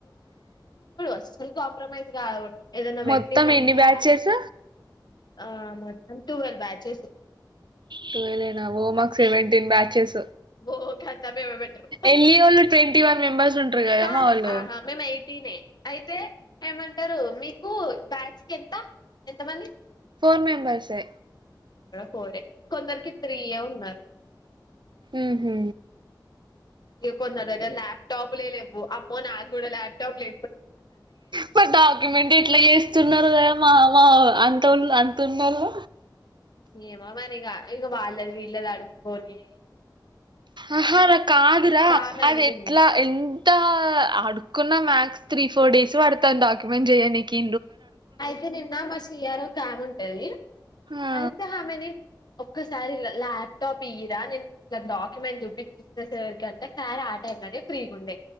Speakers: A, on the left; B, on the right.
A: అస్సల్ కాంప్రమైజ్ గాదో ఏదన్నా వెట్టిండంటే
B: మొత్తం ఎన్ని బ్యాచెస్
A: అది ఆ మొత్తం టువేల్ బాచ్చెస్
B: టువెలేనా ఓ మక్ సెవెంటీన్ బాచ్చెస్
A: బో కతనే బెటరు
B: ఎల్లి వాళ్ళు ట్వంటీ వన్ మెంబర్స్ ఉంటారు కదా
A: కాదు
B: మా వాళ్ళు
A: ఆహా మెమేయన్ ఐతే ఏమంటారు మీకు బాచ్ కెంత ఎంతమంది
B: ఫోర్ మెంబర్స్సే
A: పోరె కొందర్కి త్రీయే ఉన్నర్
B: ఉహు.
A: ఇగ కొందరగ్గ లాప్ టాపులే లెవ్వూ అమ్మో నాగూడ లాప్ టాప్ లే
B: ప డాక్యుమెంట్ ఎట్ల చేస్తున్నారుగా మా మా అంతోల్ అన్ తున్నలు
A: ఏమోమరిగా ఇంగ వాళ్ళది వీళ్ళది అడుక్కోనీ
B: అహా అల కాదురా
A: ఆమె
B: అవెట్లా
A: అడిగింది
B: ఎన్ తా అడుక్కున్న మ్యాక్స్ త్రీ ఫోర్ డేస్ పడ్తాద్ డాక్యుమెంట్ జెయ్యనీకీ
A: ఐతే నిన్న మా సిఆర్ ఓకాముంటది
B: ఆ
A: ఐతామెని ఒక్కసారి ల లాప్టాప్ ఇయ్యిరా నేన్ డాక్యుమెంట్ జుపిచ్చి సారకంటే ఆయన టైంలనే ఫ్రీగుండే